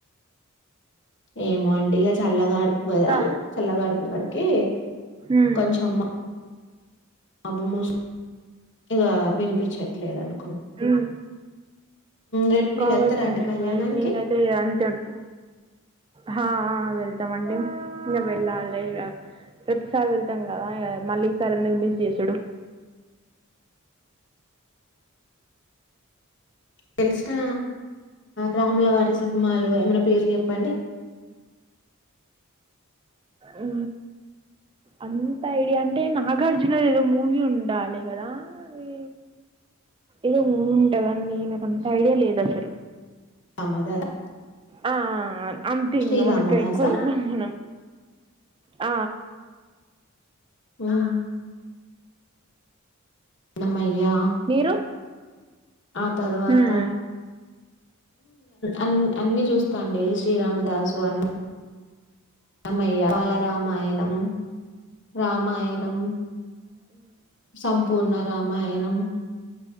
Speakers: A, on the left; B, on the right.
A: ఏమో అండి ఇక చల్లగా ఆడు తప్పు కదా
B: కా
A: చల్లగా అడుపు పడు క
B: ఉమ్
A: కొంచం అబ్బు మూసు ఇ వినిపించట్లేదని
B: మ్
A: రేపు మీరెళ్తారా
B: కావచ్చండి
A: అండి కళ్యాణానికి?
B: ఇంకా ఈవినింగ్ అయితే అంటే ఉంటు హ హా వెళ్తామండి ఇక వెళ్ళాలి ఇక ప్రతిసారి వెళ్తాం కదా ఇక మళ్ళీ ఈసారి ఎందుకు మిస్ చేసుడు
A: తెలిసిన రాములవారి సినిమాలు ఏమైనా పేరు చెప్పండి
B: ఉ అంత ఐడియా అంటే నాగార్జున గది ఏదో మూవీ ఉండాలి కదా అది ఏదో మూవీ ఉంటాదండి నాకు అంత ఐడియా లేదు అసలు
A: శ్రీరామదాస్
B: ఆ అంతేంగ
A: శ్రీరామదాసా
B: మనకి అకురు మనం ఆ
A: ఆ అమై యా
B: మీరు
A: ఆ తర్వాత
B: మ్మ్
A: అ అన్ని చూస్తాండి శ్రీరామదాసు అన్ని రమయ్య బాలరామాయణం రామాయణం సంపూర్ణ రామాయణం